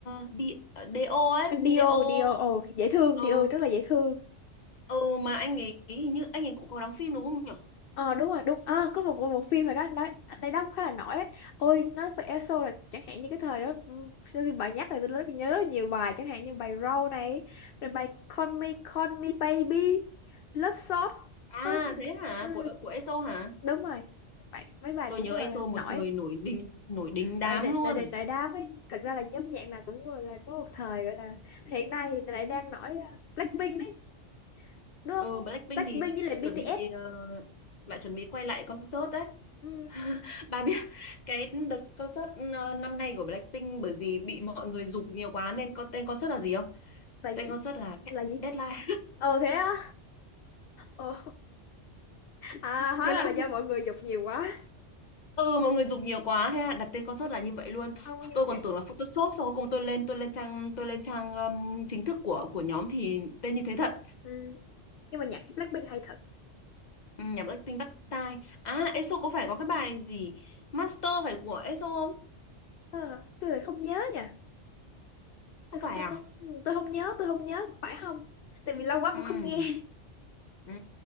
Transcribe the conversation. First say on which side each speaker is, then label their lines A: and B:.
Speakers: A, on the left; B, on the left.
A: uh, đi DO ấy
B: Dio
A: anh DO
B: Dio ồ dễ thương
A: ờ
B: Dio rất là dễ thương
A: ừ mà anh ấy hình như anh ấy cũng có đóng phim đúng không nhỉ
B: Ờ đúng rồi đúng à, có một một phim hồi đó nó đây đóng khá là nổi ấy. Ôi nói về ESO là chẳng hạn như cái thời đó ừ, sau khi bà nhắc là tôi rất- nhớ rất là nhiều bài chẳng hạn như bài row này rồi bài Call Me Call Me Baby Love Shot
A: à
B: ờ
A: thế hả
B: ừ,
A: của của ESO hả
B: đúng rồi bài, mấy bài
A: tôi
B: cũng
A: nhớ
B: là
A: EXO một
B: nổi
A: thời nổi đình nổi đình đám
B: đại định
A: luôn
B: đại định đại đám ấy thật ra là nhóm nhạc nào cũng gọi là có một thời gọi là hiện nay thì lại đang nổi à, Blackpink đấy đúng
A: ừ
B: không
A: Blackpink
B: Blackpink
A: thì
B: với lại BTS
A: chuẩn bị ờ, lại chuẩn bị quay lại concert đấy
B: ừ,
A: <laughs> bà biết cái đợt concert ờ, năm nay của Blackpink bởi vì bị mọi người giục nhiều quá nên có tên concert là gì không
B: là gì
A: tên concert là
B: là gì
A: Deadline
B: ờ thế á Ồ, à, hóa
A: <laughs> thế
B: ra
A: là
B: là do mọi người dục nhiều quá.
A: ừ mọi người giục nhiều quá thế là đặt tên concert là như vậy luôn
B: Không, nhưng
A: tôi
B: mà
A: còn
B: nhạc
A: tưởng là Photoshop xong cuối cùng tôi lên tôi lên trang tôi lên trang ừm, chính thức của của nhóm thì tên như thế thật
B: ừ, nhưng mà nhạc Blackpink hay thật.
A: Ừ, nhạc Blackpink bắt tai. À, ESO có phải có cái bài gì? Master phải của ESO không?
B: Ờ, tôi lại không nhớ nha. Tôi
A: Không
B: không,
A: phải
B: tôi
A: à?
B: không, tôi không nhớ, tôi không nhớ, phải không? Tại vì lâu quá
A: Ừ.
B: cũng không nghe.
A: Ừ.